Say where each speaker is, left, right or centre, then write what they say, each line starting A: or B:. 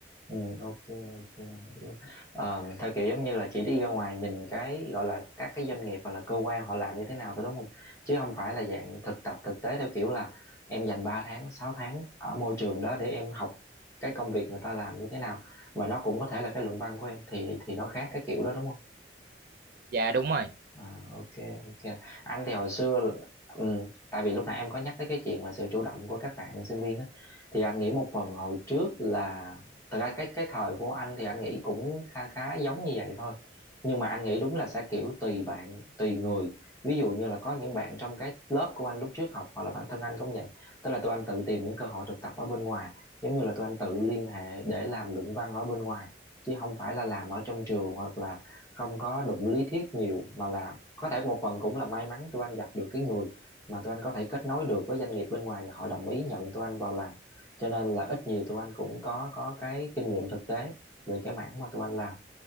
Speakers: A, on the left; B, on the right.
A: Ừ, ok ok hiểu. Ờ, theo kiểu giống như là chỉ đi ra ngoài nhìn cái gọi là các cái doanh nghiệp hoặc là cơ quan họ làm như thế nào thôi đúng không chứ không phải là dạng thực tập thực tế theo kiểu là em dành 3 tháng 6 tháng ở môi trường đó để em học cái công việc người ta làm như thế nào và nó cũng có thể là cái luận văn của em thì thì nó khác cái kiểu đó đúng không
B: dạ đúng rồi
A: À, ok ok anh thì hồi xưa ừm, tại vì lúc nãy em có nhắc tới cái chuyện là sự chủ động của các bạn sinh viên á thì anh nghĩ một phần hồi trước là thật ra cái cái thời của anh thì anh nghĩ cũng khá khá giống như vậy thôi nhưng mà anh nghĩ đúng là sẽ kiểu tùy bạn tùy người ví dụ như là có những bạn trong cái lớp của anh lúc trước học hoặc là bản thân anh cũng vậy tức là tụi anh tự tìm những cơ hội thực tập ở bên ngoài giống như là tụi anh tự liên hệ để làm luận văn ở bên ngoài chứ không phải là làm ở trong trường hoặc là không có đụng lý thuyết nhiều mà là có thể một phần cũng là may mắn tụi anh gặp được cái người mà tụi anh có thể kết nối được với doanh nghiệp bên ngoài và họ đồng ý nhận tụi anh vào làm cho nên là ít nhiều tụi anh cũng có có cái kinh nghiệm thực tế về cái mảng mà tụi anh làm